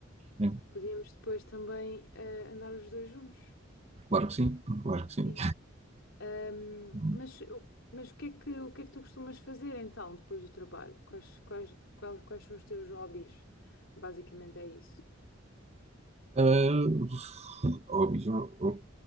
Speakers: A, on the right; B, on the left.
A: É,
B: Podíamos depois também eh, andar os dois juntos.
A: claro que sim, claro que sim.
B: Sim. Ahm,
A: <laughs>
B: mas, o- mas o que é que, o que é que tu costumas fazer então, depois do trabalho? Quais, quais, qual- quais são os teus hobbies? Basicamente é isso.
A: Ah, hobbies, eu, eu